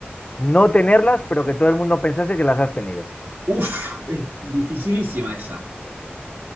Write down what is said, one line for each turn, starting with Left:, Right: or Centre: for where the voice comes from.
Left: no tenerlas, pero que todo el mundo pensase que las has tenido?
Right: Uf, es dificilísima esa.